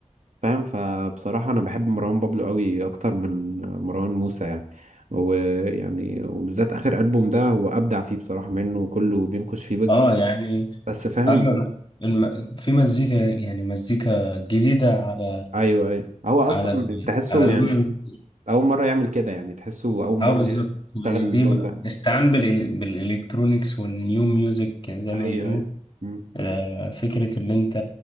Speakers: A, on the right (about 75°); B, on the left (about 40°).
A: فاهم فبصراحة أنا بحب مروان بابلو قوي أكتر من مروان موسى يعني ويعني وبالذات آخر ألبوم ده هو أبدع فيه بصراحة منه وكله بينقش فيه ويجز
B: اه يعني
A: بس فاهم
B: ايوه أنا الم... في مزيكا يعني مزيكا جديدة على
A: أيوه أيوه هو أصلا
B: على ال-
A: تحسه
B: على اللون
A: يعني أول مرة يعمل كده يعني تحسه أول مرة
B: اه بالظبط
A: يعني
B: يعني
A: يشتغل اللون
B: دي م-
A: ده
B: استعان بال... بالالكترونيكس والنيو ميوزك زي
A: أيوه
B: ما بيقولوا
A: أيوه مم.
B: آه، فكرة ان انت